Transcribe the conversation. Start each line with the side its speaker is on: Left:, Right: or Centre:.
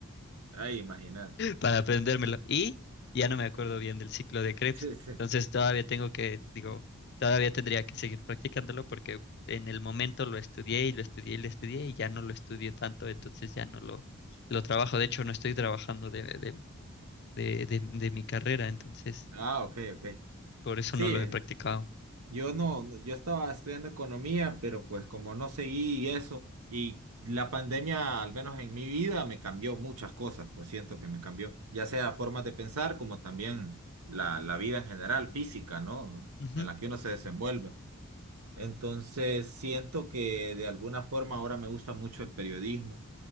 Right: Ay, imagínate.
Left: para aprendérmelo. Y ya no me acuerdo
Right: <laughs>
Left: bien del ciclo de Krebs.
Right: Sí, sí.
Left: Entonces todavía tengo que, digo, todavía tendría que seguir practicándolo porque en el momento lo estudié y lo estudié y lo estudié y ya no lo estudio tanto, entonces ya no lo, lo trabajo. De hecho, no estoy trabajando de, de, de, de- de mi carrera, entonces
Right: Ah, ok, ok.
Left: por eso
Right: Sí,
Left: no lo
Right: eh,
Left: he practicado.
Right: yo no, no- yo estaba estudiando economía, pero pues como no seguí eso, y la pandemia, al menos en mi vida, me cambió muchas cosas, pues siento que me cambió, ya sea formas de pensar, como también la, la vida en general, física, ¿no?
Left: Ujú.
Right: En la que uno se desenvuelve. Entonces, siento que de alguna forma ahora me gusta mucho el periodismo